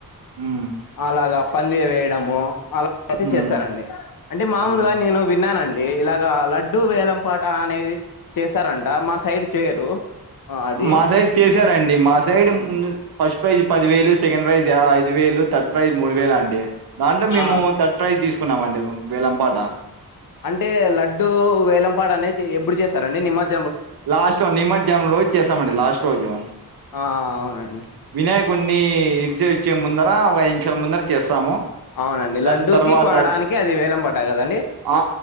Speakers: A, on the right; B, on the left.
A: ఉమ్
B: అలాగా పందిరి వేయడము అలా అయితే
A: ఉమ్
B: చేస్తార అండి అంటే మామూలుగా
A: ఆ
B: నేను విన్నాన అండి ఇలాగా లడ్ డ్డు వేలం పాట అనేది చేస్తార అంట మా సైడ్ చేయరు ఆ అది
A: మా సైడ్ చేసార అండి మా సైడ్ మ్ ఫస్ట్ ప్రైజ్ పదివేలు సెకండ్ ప్రైజ్ ఐదు వేలు థర్డ్ ప్రైజ్ మూడు వేల అండి దాంట్లో మేము
B: ఆ
A: థర్డ్ ప్రైజ్ తీసుకు ఉన్నాము అండి వేలం పాట
B: అంటే లడ్డు వేలంపాట అనేది ఎప్పుడు చేస్తార అండి నిమజ్జ్
A: లాస్ట్ లో నిమజ్జనం రోజు చేస్తామ అండి లాస్ట్ రోజు
B: ఆ అవునండి
A: వినాయకుని మీ ఇడిసో వచ్చే ముందర ఒక ఐదు నిమిషాల ముందర చేస్తాము
B: అవున అండి
A: దాని
B: లడ్డూకి
A: తర్వాత
B: కొనడానికి అది వేలం పాట కద అండి
A: ఆ